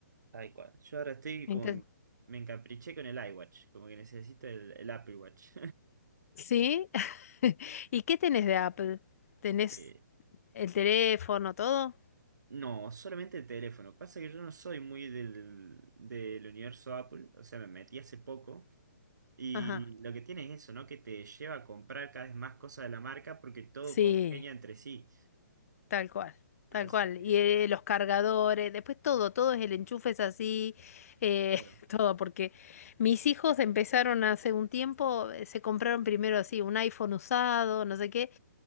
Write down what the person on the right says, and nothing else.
Tal cual. Yo ahora estoy
como en- me encapriché con el iWatch, como que necesito el, el Apple Watch.
<laughs> Eh,
No, solamente el teléfono. Pasa que yo no soy muy del, del universo Apple, o sea, me metí hace poco. Y
lo que tiene es eso, ¿no? Que te lleva a comprar cada vez más cosas de la marca porque todo
congenia entre sí.
Así
que,
claro,